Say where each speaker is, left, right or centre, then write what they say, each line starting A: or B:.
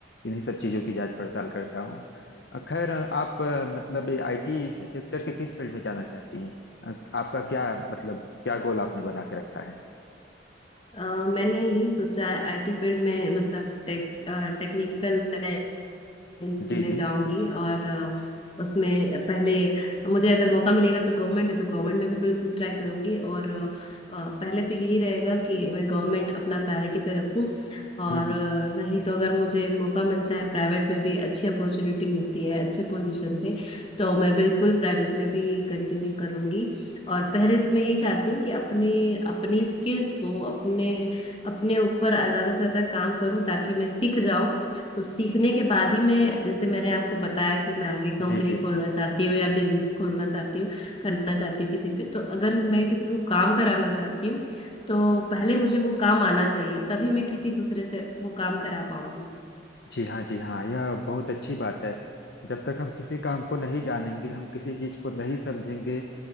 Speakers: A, on the left; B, on the left.
A: इन्हीं सब चीजों की जांच पड़ताल करता हूँ अ, खैर आप अ, मतलब आईटी सेक्टर के किस फील्ड में जाना चाहती हैं अ, आपका क्या मतलब क्या गोल आपने बना के रखा है
B: अ, मैंने यही सोचा है आईटी फील्ड में मतलब टेक टेक्निकल लाइन्स
A: जी
B: में
A: जी
B: जाऊंगी और अ, उसमें पहले मुझे अगर मौका मिलेगा तो गवर्नमेंट में तो गवर्नमेंट में भी बिल्कुल ट्राई करूंगी और अ, अ, पहले तो यही रहेगा कि मैं गवर्नमेंट अपना प्रायोरिटी पे रखूं और
A: हम्म
B: अ, नहीं तो अगर मुझे मौका मिलता है प्राइवेट में भी अच्छी अपॉर्चुनिटी मिलती है अच्छे पोजीशन पे तो मैं बिल्कुल प्राइवेट में भी कंटिन्यू करूंगी और पहले तो मैं यही चाहती हूँ कि अपने अपनी स्किल्स को अपने अपने ऊपर ज्यादा से ज्यादा काम करूँ ताकि मैं सीख जाऊं तो सीखने के बाद ही मैं जैसे मैंने आपको बताया कि मैं आगे कंपनी
A: जी जी
B: खोलना चाहती हूँ या बिजनेस खोलना चाहती हूँ करना चाहती हूँ किसी पे तो अगर मैं किसी को काम कराना चाहती हूँ तो पहले मुझे वो काम आना चाहिए तभी मैं किसी दूसरे से वो काम करा पाऊंगी
A: जी हाँ जी हाँ यह बहुत अच्छी बात है जब तक हम किसी काम को नहीं जानेंगे हम किसी चीज को नहीं समझेंगे